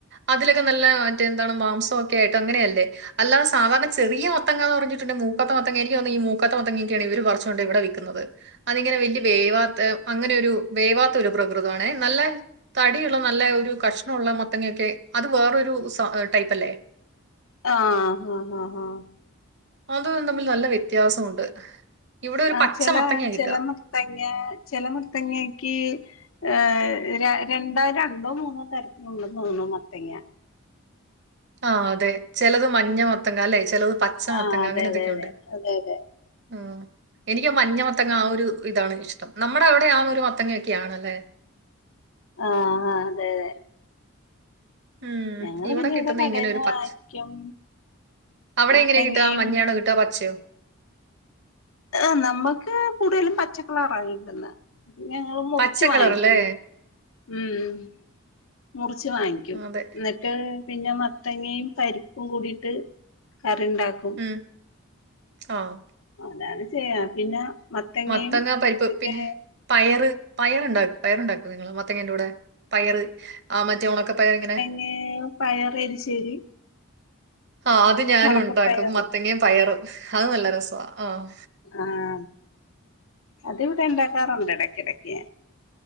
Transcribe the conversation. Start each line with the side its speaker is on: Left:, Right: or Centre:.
Right: അതിലൊക്കെ നല്ല മറ്റേ എന്താണ് മാംസൊക്കെയായിട്ട് അങ്ങനെയല്ലേ അല്ലാ സാധാരണ ചെറിയ മത്തങ്ങാന്ന് പറഞ്ഞിട്ടുണ്ട് മൂക്കാത്ത മത്തങ്ങെനിക്ക് തോന്നുന്നു ഈ മൂക്കത്ത മത്തങ്ങെക്കേണ് ഇവര് പറച്ചുകൊണ്ടൊയ് ഇവിടെ വിക്കുന്നത് അതിങ്ങനെ വല്യ വേവാത്തെ അങ്ങനെയൊരു വേവാത്ത ഒരു പ്രകൃതാണേ നല്ലെ കടിയുള്ള നല്ല ഒരു കഷ്ണൊള്ള മത്തങ്ങയൊക്കെ അത് വേറൊരു സ ടൈപ്പല്ലേ
Left: ആഹ് ഹാ ഹാ ഹാ
Right: അതുതും തമ്മിൽ നല്ല വ്യത്യാസമുണ്ട് ഇവിടെ ഒരു
Left: ആ
Right: പച്ച
Left: ചെല
Right: മത്തങ്ങ കിട്ടുക
Left: ചെല മത്തങ്ങ ചെല മത്തങ്ങെക്ക് ഏഹ് ര രണ്ടോ രണ്ടോ മൂന്നോ തരത്തിലുണ്ടെന്നു തോന്നുണു മത്തങ്ങ
Right: ആ അതെ ചെലത് മഞ്ഞ മത്തങ്ങ അല്ലെ ചെലത് പച്ച മൊത്തങ്ങ
Left: ആഹ് അതെ
Right: അങ്ങനെന്തൊക്കെയുണ്ട്
Left: അതെ അതെ അതെ അതെ
Right: ആഹ് എനിക്ക് ആ മഞ്ഞ മത്തങ്ങ ആ ഒരു ഇതാണ് ഇഷ്ടം നമ്മുടെ അവിടെ ആ ഒരു മത്തങ്ങ ഒക്കെയാണല്ലെ
Left: ആ ആ അതെ അതെ
Right: ഉം
Left: ഞങ്ങള്
Right: ഇവടെ
Left: പിന്നെ
Right: കിട്ടുന്നേ
Left: ഇവിടെ കടേന്ന്
Right: ഇങ്ങനെ ഒരു പച്ച്
Left: വാങ്ങിക്കും
Right: അവടെ
Left: മത്തങ്ങയും
Right: എങ്ങനെയാ കിട്ടാ മഞ്ഞയാണൊ കി ട്ടാ പച്ചയൊ
Left: ഏഹ് നമ്മക്ക് കൂടുതലും പച്ചക്കളാറാ കിട്ടുന്നേ പിന്നെ ഞങ്ങള് മുറിച്ച്
Right: പച്ച
Left: വാങ്ങിക്കും
Right: കളറല്ലേ
Left: ഉം മുറിച്ച് വാങ്ങിക്കും
Right: അതെ
Left: എന്നി ട്ട് പിന്നെ മത്തങ്ങയും പരിപ്പും കൂടിട്ട് കറിണ്ടാക്കും
Right: ഉം ആഹ്
Left: അതാണ് ചെയ്യാ പിന്നെ മത്തങ്ങയും
Right: മത്തങ്ങ പരിപ്പ്
Left: മറ്റേ
Right: പിന്നെ പയറ് പയറ്ണ്ടാ പയറ്ണ്ടാക്കോ നിങ്ങള് മത്തങ്ങേന്റെ കൂടെ പയറ് ആഹ് മറ്റേ ഉണക്കെ പയറ് ഇങ്ങനെ
Left: ഏഹ് പയർ എരിശേരി
Right: ആഹ് അത് ഞാനും
Left: ഒണക്കപ്പയറ്
Right: ഉണ്ടാക്കും മത്തങ്ങയും പയറും അത് നല്ല രസവാ ആഹ്
Left: ആം അതിവിടെ ഇണ്ടാക്കാറൊണ്ട് എടയ്ക്കെടയ്ക്ക്.